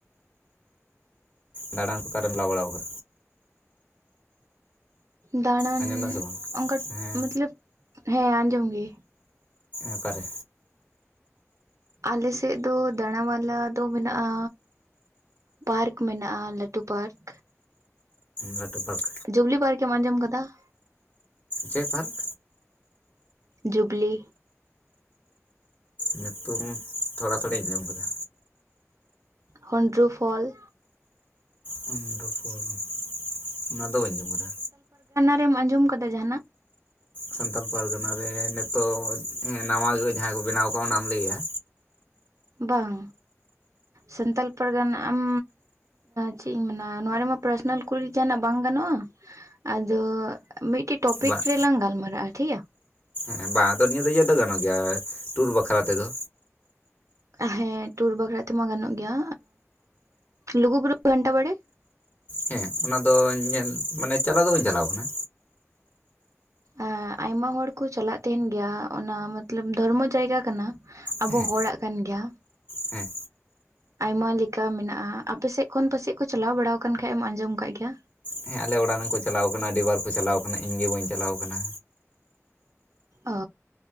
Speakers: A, on the left (about 35°); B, on the right (about 85°).
A: ᱫᱟᱬᱟᱱ ᱠᱚ ᱚᱠᱟᱨᱮᱢ ᱞᱟ ᱵᱟᱲᱟᱣ ᱟᱠᱟ
B: ᱫᱟᱬᱟᱱ
A: ᱟᱸᱡᱚᱢ ᱫᱟᱢ ᱥᱮ ᱵᱟᱝ
B: ᱚᱱᱠᱟ
A: ᱦᱮᱸ
B: ᱢᱚᱛᱞᱚᱵ ᱦᱮᱸ ᱟᱸᱡᱚᱢ ᱜᱮ
A: ᱚᱠᱟᱨᱮ
B: ᱟᱞᱮ ᱥᱮᱫ ᱫᱚ ᱫᱟᱬᱟ ᱢᱟᱞᱟ ᱫᱚ ᱢᱮᱱᱟᱜᱼᱟ ᱯᱟᱨᱠ ᱢᱮᱱᱟᱜᱼᱟ ᱞᱟᱹᱴᱩ ᱯᱟᱨᱠ
A: ᱞᱟᱹᱴᱩ ᱯᱟᱨᱠ
B: ᱡᱩᱵᱽᱞᱤ ᱯᱟᱨᱠᱮᱢ ᱟᱸᱡᱚᱢ ᱠᱟᱫᱟ <unintelligible>
A: ᱪᱮᱫ ᱯᱟᱨᱠ
B: ᱡᱩᱵᱽᱞᱤ
A: ᱧᱩᱛᱩᱢ ᱛᱷᱚᱲᱟ ᱛᱷᱚᱲᱤᱧ ᱟᱸᱡᱚᱢ ᱠᱟᱫᱟ
B: ᱦᱩᱱᱰᱩᱨᱩ ᱯᱷᱚᱞ
A: ᱦᱩᱱᱰᱩᱨᱩ ᱯᱷᱚᱞ ᱚᱱᱟᱫᱚ ᱵᱟᱹᱧ ᱟᱡᱚᱢ ᱠᱟᱫᱟ
B: ᱮᱢ ᱟᱸᱡᱚᱢ ᱟᱠᱟᱫᱟ ᱡᱟᱦᱟᱱᱟᱜ
A: ᱥᱟᱱᱛᱟᱲ ᱯᱟᱨᱜᱟᱱᱟ ᱨᱮ ᱱᱤᱛᱚᱜ ᱱᱟᱣᱟ ᱜᱮ ᱡᱟᱦᱟᱸ ᱠᱚ ᱵᱮᱱᱟᱣ ᱠᱟᱜ ᱚᱱᱟᱢ ᱞᱟᱹᱭ ᱮᱼᱟ
B: ᱵᱟᱝ ᱥᱟᱱᱛᱟᱲ ᱯᱟᱨᱜᱟᱱᱟ ᱟᱢ ᱪᱮᱫ ᱤᱧ ᱢᱮᱱᱟ ᱱᱚᱣᱟ ᱨᱮᱢᱟ ᱯᱟᱨᱥᱚᱱᱟᱞ ᱠᱩᱲᱤ ᱡᱟᱦᱟᱱᱟᱜ ᱵᱟᱝ ᱜᱟᱱᱚᱜᱼᱟ ᱟᱫᱚ ᱢᱤᱫ ᱴᱮᱡ ᱴᱚᱯᱤᱠ
A: ᱵᱟᱝ
B: ᱨᱮ ᱞᱟᱝ ᱜᱟᱞ ᱢᱟᱨᱟ ᱟ ᱴᱷᱤᱠ ᱜᱮᱭᱟ
A: ᱦᱮᱸ ᱵᱟᱝ ᱟᱫᱚ ᱱᱤᱭᱟᱹ ᱫᱚ ᱤᱭᱟᱹ ᱫᱚ ᱜᱟᱱᱚᱜ ᱜᱮᱭᱟ ᱴᱩᱨ ᱵᱟᱠᱷᱨᱟ ᱛᱮᱫᱚ
B: ᱦᱮᱸ ᱴᱩᱨ ᱵᱟᱠᱷᱨᱟ ᱛᱮᱢᱟ ᱜᱟᱱᱚᱜ ᱜᱮᱭᱟ ᱞᱩᱜᱩ ᱯᱩᱨᱩ ᱜᱷᱟᱱᱴᱟ ᱵᱟᱲᱮ
A: ᱦᱮᱸ ᱚᱱᱟᱫᱚ ᱧᱮᱞ ᱢᱟᱱᱮ ᱪᱟᱞᱟᱣ ᱫᱚ ᱵᱟᱹᱧ ᱪᱟᱞᱟᱣ ᱠᱟᱱᱟ
B: ᱟᱟ ᱟᱭᱢᱟ ᱦᱚᱲ ᱠᱚ ᱪᱟᱞᱟᱼᱜ ᱛᱟᱦᱮᱱ ᱜᱮᱭᱟ ᱚᱱᱟ ᱢᱚᱛᱞᱚᱵ ᱫᱷᱚᱨᱢᱚ ᱡᱟᱭᱜᱟ ᱠᱟᱱᱟ ᱟᱵᱚ
A: ᱦᱮᱸ
B: ᱦᱚᱲᱟᱜ ᱠᱟᱱ ᱜᱮᱭᱟ
A: ᱦᱮᱸ
B: ᱟᱭᱢᱟ ᱞᱮᱠᱟ ᱢᱮᱱᱟᱜᱼᱟ ᱟᱯᱮᱮᱥᱮᱫ ᱠᱷᱚᱱ ᱯᱟᱥᱮᱡ ᱠᱚ ᱪᱟᱞᱟᱣ ᱵᱟᱲᱟ ᱟᱠᱟᱱ ᱠᱷᱟᱱᱮᱡ ᱮᱢ ᱟᱸᱡᱚᱢ ᱟᱠᱟᱟᱜ ᱜᱮᱭᱟ
A: ᱦᱮᱸ ᱟᱞᱮ ᱚᱲᱟᱜ ᱨᱮᱱ ᱠᱚ ᱪᱟᱞᱟᱣ ᱟᱠᱟᱱᱟ ᱟᱹᱰᱤ ᱵᱟᱨ ᱠᱚ ᱪᱟᱞᱟᱣ ᱟᱠᱟᱱᱟ ᱤᱧ ᱜᱮ ᱵᱟᱹᱧ ᱪᱟᱞᱟᱣ ᱟᱠᱟᱱᱟ
B: ᱚ